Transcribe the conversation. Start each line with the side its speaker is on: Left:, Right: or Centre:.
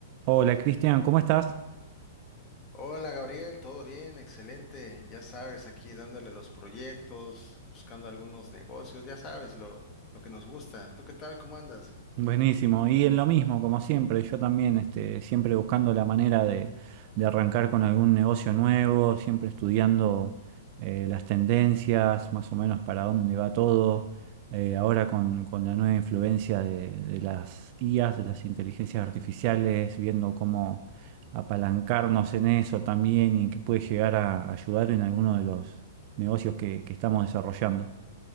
Right: Hola Cristian, ¿cómo estás?
Left: Hola Gabriel, ¿todo bien? Excelente. Ya sabes, aquí dándole los proyectos, buscando algunos negocios, ya sabes lo, lo que nos gusta. ¿Tú qué tal? ¿Cómo andas?
Right: Buenísimo, y en lo mismo, como siempre, yo también este, siempre buscando la manera de, de arrancar con algún negocio nuevo, siempre estudiando eh, las tendencias, más o menos para dónde va todo, Eh, ahora con, con la nueva influencia de, de las IAs, de las inteligencias artificiales, viendo cómo apalancarnos en eso también y que puede llegar a ayudar en alguno de los negocios que que estamos desarrollando.